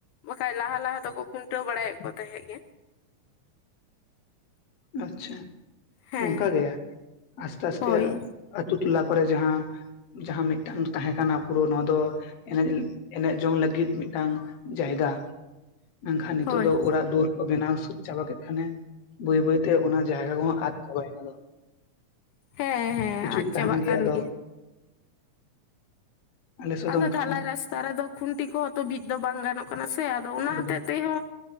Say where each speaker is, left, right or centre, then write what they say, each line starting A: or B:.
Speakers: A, on the left; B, on the left.
A: ᱵᱟᱠᱷᱟᱡ ᱞᱟᱦᱟ ᱞᱟᱦᱟ ᱫᱚᱠᱚ ᱠᱷᱩᱱᱴᱟᱹᱣ ᱵᱟᱲᱟᱭᱮᱫ ᱠᱚ ᱛᱟᱦᱮᱸᱫ ᱜᱮ
B: ᱟᱪᱪᱷᱟ
A: ᱦᱮᱸ
B: ᱱᱚᱝᱠᱟ ᱜᱮ ᱟᱥᱛᱮ ᱟᱥᱛᱮ
A: ᱦᱳᱭ
B: ᱟᱛᱩ ᱴᱚᱞᱟ ᱠᱚᱨᱮ ᱡᱟᱦᱟᱸ ᱡᱟᱦᱟᱸ ᱢᱤᱫᱴᱟᱝ ᱛᱟᱦᱮᱸ ᱠᱟᱱᱟ ᱯᱩᱨᱟᱹ ᱱᱚᱣᱟ ᱫᱚ ᱮᱱᱮᱡ ᱮᱱᱮᱡ ᱡᱚᱝ ᱞᱟᱹᱜᱤᱫ ᱢᱤᱫᱴᱟᱝ ᱡᱟᱭᱜᱟ ᱢᱮᱱᱠᱷᱟᱱ ᱱᱤᱛᱚᱜ
A: ᱦᱳᱭ
B: ᱫᱚ ᱚᱲᱟᱜ ᱫᱩᱣᱟᱹᱨ ᱠᱚ ᱵᱮᱱᱟᱣ ᱥᱟᱹᱛ ᱪᱟᱵᱟ ᱠᱮᱫ ᱠᱷᱟᱱᱮ ᱵᱟᱹᱭ ᱵᱟᱹᱭᱛᱮ ᱛᱮ ᱚᱱᱟ ᱡᱟᱭᱜᱟ ᱠᱚᱦᱚᱸ ᱟᱫ ᱪᱟᱵᱟᱭᱮᱱᱟ
A: ᱦᱮᱸ ᱦᱮᱸ
B: ᱠᱤᱪᱷᱩᱠ
A: ᱟᱫ
B: ᱛᱟᱦᱮᱱ
A: ᱪᱟᱵᱟᱜ ᱠᱟᱱ
B: ᱜᱮᱭᱟ ᱟᱫᱚ ᱟᱞᱮ ᱥᱮᱫ
A: ᱟᱫᱚ
B: ᱫᱚ ᱚᱱᱠᱟ
A: ᱰᱷᱟᱞᱟᱭ
B: ᱦᱚᱸ
A: ᱨᱟᱥᱛᱟ ᱨᱮᱫᱚ ᱠᱷᱩᱱᱴᱤ ᱠᱚᱦᱚᱸ ᱛᱚ ᱵᱤᱫ ᱫᱚ ᱵᱟᱝ ᱜᱟᱱᱚᱜ ᱠᱟᱱᱟ ᱥᱮ ᱟᱫᱚ ᱚᱱᱟ
B: ᱮᱠᱫᱚᱢ
A: ᱦᱚᱛᱮᱡ ᱛᱮᱦᱚᱸ